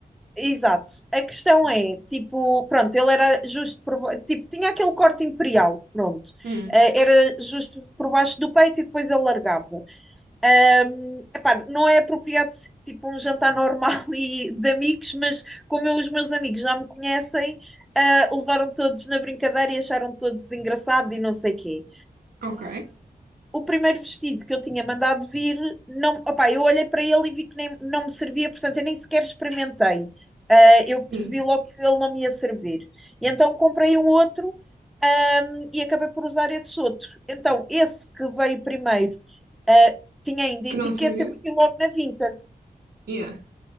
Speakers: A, in the centre; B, on the right (about 80°).
A: Exato. A questão é, tipo, pronto, ele era justo por, ba- tipo, tinha aquele corte imperial, pronto.
B: Hum,
A: Eh, era justo por baixo do peito e depois ele largava. Ahm, epá, não é apropriado tipo um jantar normal <laughs> e de amigos, mas como eu, os meus amigos já me conhecem, ah, levaram todos na brincadeira e acharam todos engraçado e não sei quê
B: ok,
A: o primeiro vestido que eu tinha mandado vir, não, opá, eu olhei para ele e vi que nem, não me servia, portanto eu nem sequer experimentei. Ah, eu
B: sim.
A: percebi logo que ele não me ia servir. E então comprei um outro, ahm, e acabei por usar esse outro. Então, esse que veio primeiro, ah, tinha ainda
B: Que
A: a etiqueta,
B: não serviu?
A: eu meti logo na Vinted.
B: Yeah,